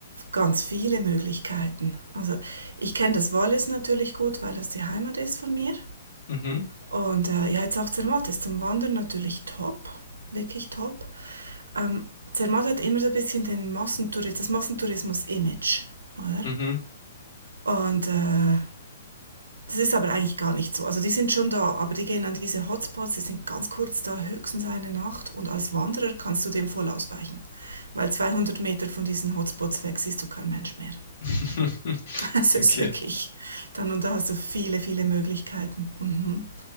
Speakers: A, on the right; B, on the left.
A: ganz viele Möglichkeiten. Also ich kenne das Wallis natürlich gut, weil das die Heimat ist von mir.
B: Mhm.
A: Und äh, ja, jetzt auch Zermatt ist zum Wandern natürlich top, wirklich top. ähm, Zermatt hat immer so ein bisschen den Massentourismus, das Massentourismus-Image, oder?
B: Mhm.
A: Und äh, das ist aber eigentlich gar nicht so. Also die sind schon da, aber die gehen an diese Hotspots, die sind ganz kurz da, höchstens eine Nacht. Und als Wanderer kannst du dem voll ausweichen, weil 200 Meter von diesen Hotspots weg siehst du kein Mensch mehr.
B: <laughs>
A: <laughs> Es
B: Okay.
A: ist wirklich dann und da hast du viele, viele Möglichkeiten. Mhm.